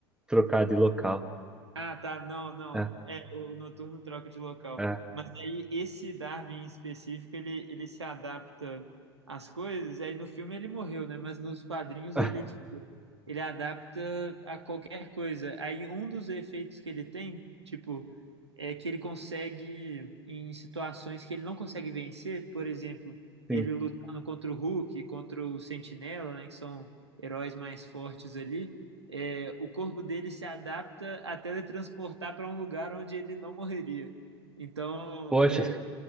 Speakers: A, in the centre; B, on the right.
A: trocar de local.
B: Ah, tá. Não, não.
A: É,
B: É, o noturno troca de local.
A: é,
B: Mas aí esse Darwin em específico, ele, ele se adapta às coisas. Aí no filme ele morreu, né? Mas nos quadrinhos
A: <laughs>
B: ele, é, tipo, ele adapta a qualquer coisa. Aí um dos efeitos que ele tem, tipo, é que ele consegue, em situações que ele não consegue vencer, por exemplo,
A: sim.
B: ele lutando contra o Hulk, contra o Sentinela, né? Que são heróis mais fortes ali é, o corpo dele se adapta a teletransportar para um lugar onde ele não morreria. Então,
A: Poxa.
B: é,